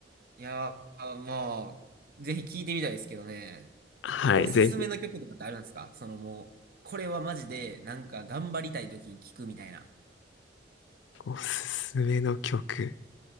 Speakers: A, on the right (about 55°); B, on the left (about 80°).
A: いや、まあ、ぜひ聞いてみたいですけどね。
B: はい、
A: おすすめの曲とかってあるんですかそのもう、
B: ぜひ。
A: これはマジで、なんか頑張りたい時に聞くみたいな。
B: おすすめの曲。